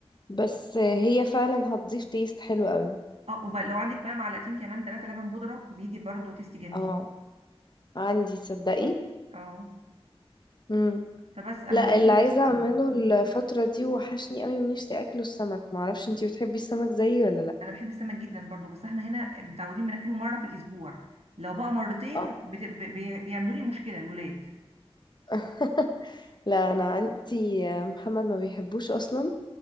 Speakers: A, on the left; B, on the right.
A: بس آه، هي فعلا هتضيف تيست حلو قوي
B: اه وبقى لو عندك بقى معلقتين كمان ثلاثه لبن بودره بيدي برضو تيست جميل
A: اه عندي تصدقي
B: اه
A: امم
B: فبس انا
A: لا
B: مش
A: اللي
B: بعمل
A: عايزة
B: غير كده
A: اعمله الفترة دي وحشني قوي ونفسي اكله السمك معرفش انتي بتحبي السمك زيي ولا لا
B: انا بحب السمك جدا برضو بس احنا هنا متعودين بناكله مره في الاسبوع لو بقى مرتين
A: اه
B: بت... ب- بي- بيعملوا لي مشكله الولاد
A: <laughs> لا انا عندي محمد ما بيحبوش اصلا